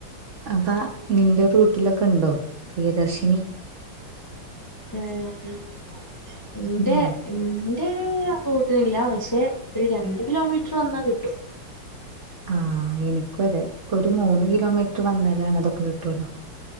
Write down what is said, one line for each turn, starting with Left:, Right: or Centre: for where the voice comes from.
Right: അപ്പ നിന്റെ റൂട്ടിലൊക്കെണ്ടോ പ്രിയദർശിനി?
Left: ഏഹ് ഇന്റെ.
Right: ഉണ്ടോ
Left: ന്റെ ആ റൂട്ടിനില്ല പക്ഷെ ഒരു രണ്ട് കിലോമീറ്റർ വന്നാ കിട്ടും.
Right: ആഹ് എനിക്ക് നിക്കു അതെ ഒരു മൂന്ന് കിലോമീറ്റർ വന്നാലാണതൊക്കെ കിട്ടുള്ളൂ.